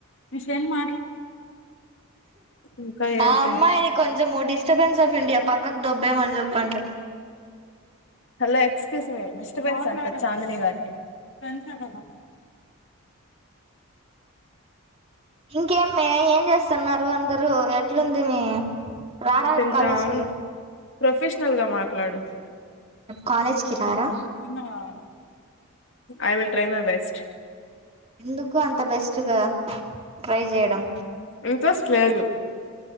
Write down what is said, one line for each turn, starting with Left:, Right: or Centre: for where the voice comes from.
Left: మీ ఫ్రెండ్ మ్ ఇంకా ఏంటి
Right: ఆ అమ్మాయి కొంచం డిస్టర్బెన్స్ పిండి పక్కకు దొబ్బే మ చెప్పంట
Left: హలో ఎక్స్క్యూజ్మీ డిస్టర్బెన్స్ అంట చాందీని గారికి ఫ్రెండ్స్ ఎ కధ
Right: ఇంకేమ్మే ఏం చేస్తన్నారు అందరూ ఎట్లుంది మీ రారా
Left: తింటా
Right: రేపు కాలేజ్ కి
Left: ప్రొఫెషనల్ గా మ మాట్లాడు
Right: కాలేజ్ కి రారా
Left: తిన్నావా I will try my best
Right: ఎందుకు అంత బెస్ట్ గా ట్రై చేయడం
Left: ఇంట్రెస్ట్ లేదు